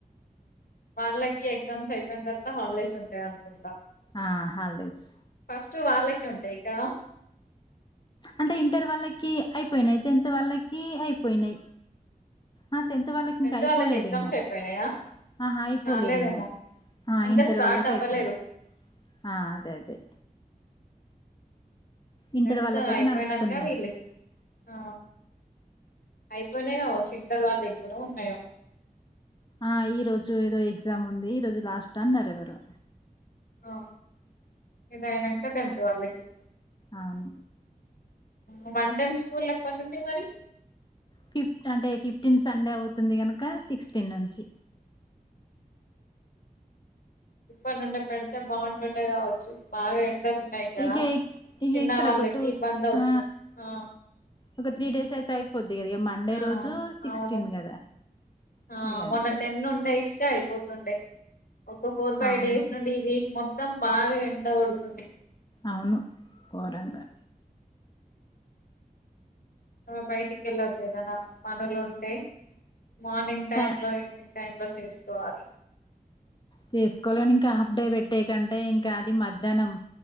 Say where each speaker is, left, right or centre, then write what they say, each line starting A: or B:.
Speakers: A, on the left; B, on the left.
A: వాళ్ళకి ఎగ్జామ్స్ అయిపోయిన్తర్వత హాలిడేస్ ఉంటాయనుకుంటా.
B: ఆ హాలిడేస్
A: స్ట్ వాళ్ళకే ఉంటయి గదా
B: అంటే ఇంటర్ వాళ్ళకి అయిపోయినయి, టెన్త్ వాళ్ళకి అయిపోయినయి. ఆ టెన్త్ వాళ్ళకి
A: టెన్త్
B: ఇంక అయిపోలేదేమో,
A: వాళ్ళకి ఎగ్జామ్స్ అయిపోయినాయా
B: ఆహా అయిపోలేదేమో
A: కాలేదేమో
B: ఆ
A: ఇంకా
B: ఇంటర్
A: స్టార్ట్
B: వాళ్ళకి
A: అవ్వలేదు
B: అయిపోయింది ఆ అదే అదే ఇంటర్
A: టెన్త్
B: వాళ్ళకైతే
A: అయిపోయినంక
B: నడుస్తున్నాయి
A: వీళ్ళకి ఆ అయిపోయినయ్ గావచ్చు ఇంటర్ వాళ్ళగ్గుడా ఉన్నయో
B: ఆ ఈ రోజు ఏదో ఎగ్జామ్ ఉంది, ఈ రోజు లాస్ట్ అన్నరెవరో.
A: ఆ ఇదయినంక టెన్త్ వాళ్ళకి
B: అవును
A: ఆ వన్ టైమ్ స్కూల్ ఎప్పడ్నుండి మరి
B: ఫిఫ్ అంటే ఫిఫ్టీన్ సండే అవుతుంది గనకా సిక్స్టీన్ నుంచి
A: ఇప్పటి నుండి పెడితే బాగుంటుండ కావచ్చు బాగా ఎండలు ఉన్నాయి కదా
B: ఇక ఇక
A: చిన్న
B: ఎక్కడ
A: వాళ్ళకి
B: ఒక టూ
A: ఇబ్బంది అవుతు
B: ఆ
A: ఆ
B: ఒక త్రీ డేస్ అయితే అయిపోద్ది కదా ఇక మండే
A: ఆ
B: రోజు సిక్స్టీన్
A: అవును
B: కదా
A: ఆ
B: ఇక అంతే
A: మొన్న టెన్ ఉండే ఇస్తే అయిపోతుండే ఒక ఫోర్ ఫైవ్
B: అవును
A: డేస్ నుండి ఈ వీక్ మొత్తం బాగా ఎండ పడుతుంది
B: అవును ఘోరంగా
A: బయటికి వెళ్ళొద్దు ఏదనా పనులు ఉంటే మార్నింగ్ టైమ్
B: కా
A: లో ఈవినింగ్ టై చేసికోవాలి
B: చేసుకోవాలని ఇంకా హాఫ్ డే పెట్టే కంటే ఇంకా అది మధ్యాహ్నం